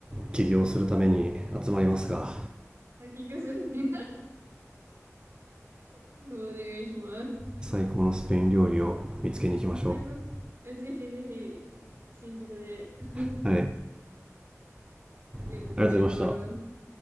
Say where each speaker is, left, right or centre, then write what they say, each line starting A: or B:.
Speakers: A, on the right; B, on the right.
A: 起業するために集まりますか。
B: 滝行さに、<laughs> お願いします。
A: 最高のスペイン料理を見つけに行きましょう。
B: え、最後、え、ぜひぜひ、新宿で、あ
A: はい。ありが
B: りがとうございます。
A: とうございました。